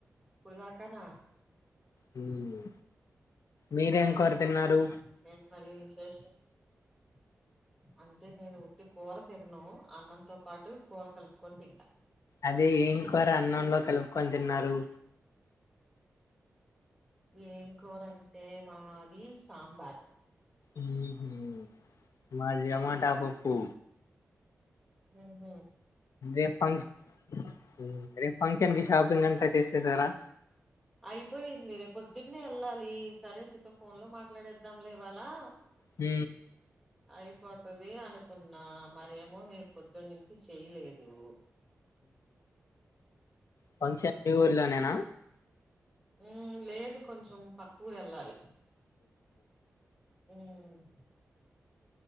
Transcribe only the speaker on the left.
హ్మ్ మీరేం కూర దిన్నారు
అదే ఏం కూర అన్నంలో కలుపుకొని తిన్నారు
హు హ్మ్ మాది టమాటా పప్పూ
ఏ ఫంక్షన్ ఫంక్షన్ కి షాపింగ్ అంతా చేసేసారా
మ్
ఫంక్ష ఊర్లోనేనా